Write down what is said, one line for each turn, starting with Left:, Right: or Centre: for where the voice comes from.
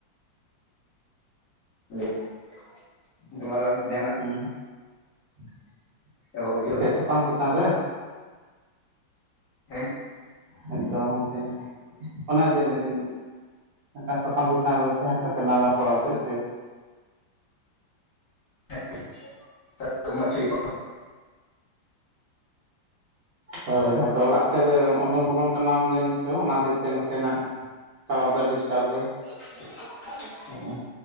Left: <unintelligible> ᱡᱟᱸᱦᱟ ᱱᱟᱜ?
Right: <unintelligible>
Left: ᱮᱦᱚᱵ ᱦᱩᱭᱩᱜᱼᱟ
Right: ᱥᱟᱛᱟᱢ ᱪᱮᱛᱟᱱ ᱨᱮ?
Left: ᱦᱮᱸ᱾
Right: ᱦᱭᱼᱛᱚ ᱜᱚᱢ ᱠᱮ ᱚᱱᱟ ᱜᱮ ᱞᱮ ᱫᱤᱧ ᱢᱤᱫᱴᱟᱝ ᱥᱟᱛᱟᱢ ᱪᱮᱛᱟᱱ ᱨᱮ ᱛᱟᱦᱮᱸ ᱠᱟᱛᱮ ᱞᱟᱸᱝ ᱨᱚᱯᱚᱲᱼᱟ ᱥᱮ ᱪᱮᱜ?
Left: <unintelligible>
Right: ᱦᱳᱭ ᱟᱫᱚ ᱚᱲᱟᱜ ᱥᱮᱫ ᱨᱮ ᱩᱰᱳᱝ ᱵᱚᱞᱚᱱ ᱠᱟᱱᱟᱢ ᱡᱟᱹᱱᱤᱡ ᱪᱚ ᱚᱱᱟ ᱦᱚᱛᱮᱡ ᱛᱮ ᱱᱟᱥᱮ ᱱᱟᱜ ᱴᱟᱣᱟᱨ ᱫᱚ ᱰᱤᱥᱴᱟᱵ ᱫᱟᱭ
Left: <unintelligible> ᱚ